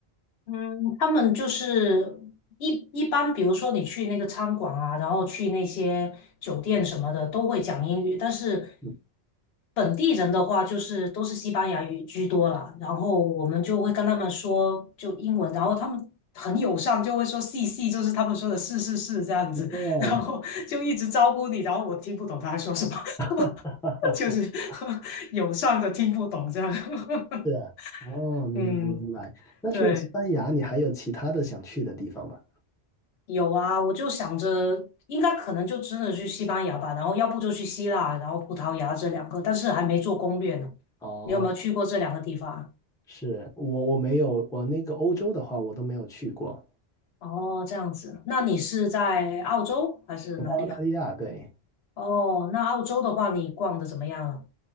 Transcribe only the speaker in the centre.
嗯
哦，
<laughs>
是啊，哦，明白明白。
那除了西班牙，
你还有其他的想去的地方吗？
哦
是我我没有我那个欧洲的话我都没有去过，
澳大利亚对，